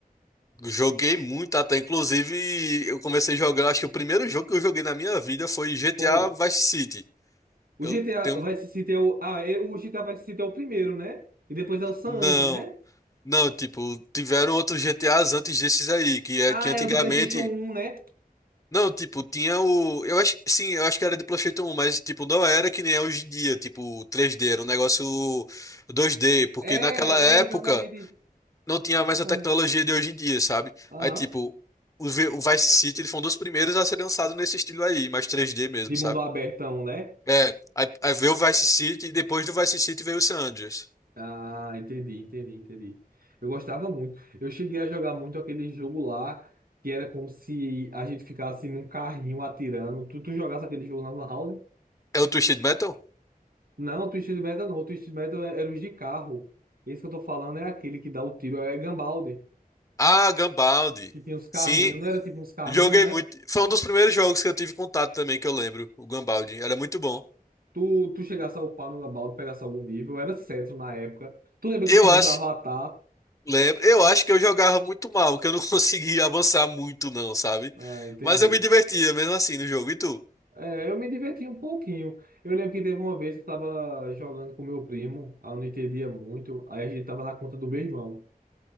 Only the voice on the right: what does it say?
qual,
O
GTA
vai se ter o. Ah, é, o GTA vai se ter o primeiro, né? E depois é o San
Andreas, né?
Ah,
é o de PlayStation um né?
É,
é, exatamente.
Exatamente.
Aham.
De
mundo abertão, né?
Ah, entendi, entendi, entendi. Eu gostava muito. Eu cheguei a jogar muito aquele jogo lá, que era como se a gente ficasse num carrinho atirando. Tu, tu jogasse aquele jogo na Lan House?
Não, Twisted Metal não. Twisted Metal é, era os de carro. Esse que eu tô falando é aquele que dá o tiro, é Gunbound.
Que tinha uns carrinhos,
não era tipo uns carrinhos,
né?
Tu, tu chegasse a upar no Labaldo, pegasse algum nível, era cetro na época. Tu lembra
que tinha
uns avatar?
Ah, entendi.
É, eu me divertia um pouquinho. Eu lembro que teve uma vez que eu tava jogando com meu primo, aí eu não entendia muito, aí a gente tava na conta do meu irmão.